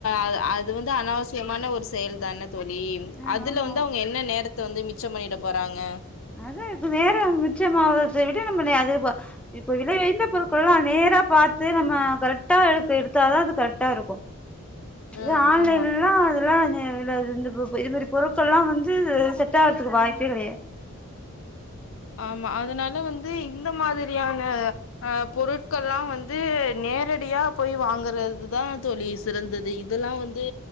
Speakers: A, on the left; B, in the centre.
A: அது அது வந்து அனாவசியமான ஒரு செயல் தான த் தோழி
B: ஆ
A: அதுல
B: ஆமா
A: வந்து அவங்க என்ன நேரத்த வந்து மிச்சம் பண்ணிட போறாங்க
B: அதா இப்ப நேரம் மிச்ச மாவறத விட நம்ம நே அது போல் இப்ப விலை உயர்ந்த பொருட்கல்லா நேரா பாத்து நம்ம கரக்டா எடுத்து எடுத்தாதா அது கரெக்டா இருக்கு இது
A: ம்
B: ஆன்
A: ஆமா
B: லைனெல்லா அதெல்லலா <unintelligible> இல்ல அது து இந்து பொ பொ இத் மாரி பொருட்கள்லா வந்து செட் ஆறதுக்கு வாய்ப்பே கெடையா
A: ஆமா அதுனால வந்து இந்த மாதிரியான அ பொருட்கள்லா வந்து நேரடியா போய் வாங்குறது தா தோழி சிறந்தது இதெல்லா வந்து